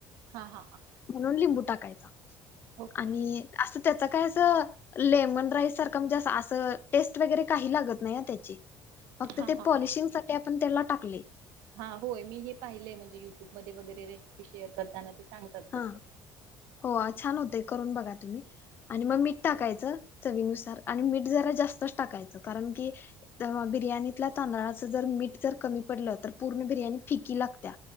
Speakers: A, on the right; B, on the left.
A: हा हा हा
B: म्हणून लिंबू टाकायचा
A: ओके
B: आणि असं त्याच काय अस लेमन राईस सारखं म्हणजे असं टेस्ट वगैरे काही लागत नाही ना त्याची फक्त
A: हा
B: ते
A: हा
B: पॉलिशिंगसा ते आपण त्याला टाकले.
A: हा. होय. मी हे पाहिलय म्हणजे यु टूब मध्ये वगेरे रेसिपी शेअर करताना ते सांगतात
B: हा.
A: तसं
B: हो आ छान होते. करून बघा तुम्ही आणि
A: ठीक
B: म
A: आहे
B: मीठ टाकायचं चवीनुसार आणि मीठ जरा जास्तच टाकायचं कारण की, बिर्याणीतल्या तांदळाच जर मीठ जर कमी पडलं तर, पूर्ण बिर्याणी फिकी लागत्या